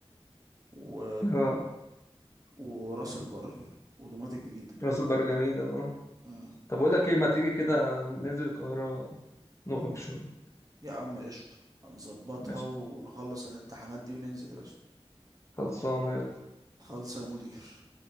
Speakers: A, on the right (about 35°); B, on the left (about 25°).
A: و...
B: اه
A: وراس البر ودمياط الجديدة
B: راس البر جميله اه
A: مم.
B: طب اقول لك ايه ما تيجي كده ننزل القاهره نخرج شويه
A: يا عم قشطة هنظبطها
B: ماشي
A: ونخلص الامتحانات دي وننزل يا باشا
B: خلصانه يلا
A: خالصة يا مدير